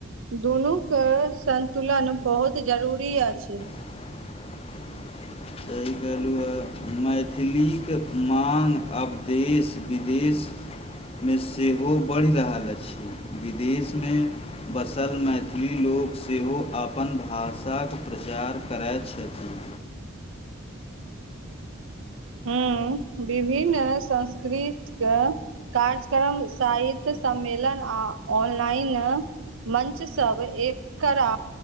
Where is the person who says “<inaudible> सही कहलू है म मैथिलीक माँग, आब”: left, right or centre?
Left